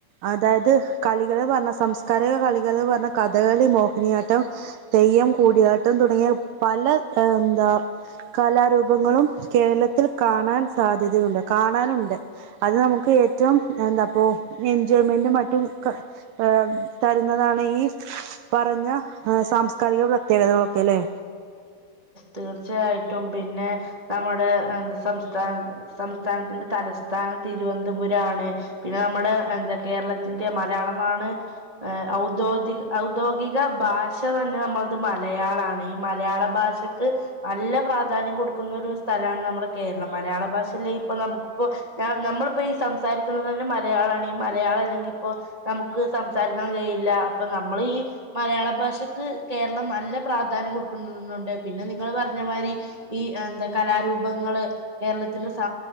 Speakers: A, on the right (about 75°); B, on the right (about 25°).
A: അതായത് കളികൾ പറഞ്ഞ സാംസ്കാരിക കളികൾ പറഞ്ഞ കഥകളി മോഹിനിയാട്ടം തെയ്യം കൂടിയാട്ടം തുടങ്ങിയ പല എന്താ കലാരൂപങ്ങളും കേരളത്തി ത്തിൽ കാണാൻ സാധ്യതയുണ്ട് കാണാനുണ്ട് അത് നമുക്ക് ഏറ്റവും എന്താപ്പ എൻജോയ്മെന്റും മറ്റും ഏർ തരുന്നതാണ് ഈ പറഞ്ഞ സാംസ്കാരിക പ്രത്യേകതകളൊക്കെ അല്ലെ
B: തീർച്ചയായിട്ടും പിന്നെ നമ്മുടെ സംസ്ഥാന സംസ്ഥാനത്തിന്റെ തലസ്ഥാനം തിരുവനന്തപുരം ആണ് പിന്നെ നമ്മുടെ എന്താ കേരളത്തിന്റെ മലയാളമാണ് ഔദ്യോഗിക ഔദ്യോഗിക ഭാഷ തന്നെ നമ്മളത് മലയാളാണ് ഈ മലയാള ഭാഷക്ക് നല്ല പ്രാധാന്യം കൊടുക്കുന്ന ഒരു സ്ഥലമാണ് നമ്മുടെ കേരളം മലയാള ഭാഷ അല്ലെങ്ക ഇപ്പ നമുക്കിപ്പോ നമ്മളിപ്പോ ഈ സംസാരിക്കുന്നത് തന്നെ മലയാളാണ് ഈ മലയാളം അല്ലെങ്കിൽ ഇപ്പോ നമുക്ക് സംസാരിക്കാൻ കഴിയില്ല അപ്പൊ നമ്മൾ ഈ മലയാള ഭാഷക്ക് കേരളം നല്ല പ്രാധാന്യം കൊടുക്കുന്ന ണ്ട് പിന്നെ നിങ്ങള്ൾ പറഞ്ഞമാതിരി ഈ എന്താ കലാരൂപങ്ങള് കേരളത്തിന്റെ